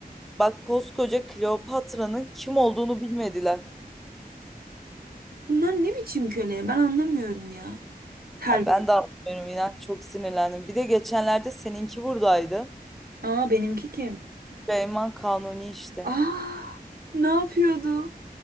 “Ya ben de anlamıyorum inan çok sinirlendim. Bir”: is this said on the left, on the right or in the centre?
Centre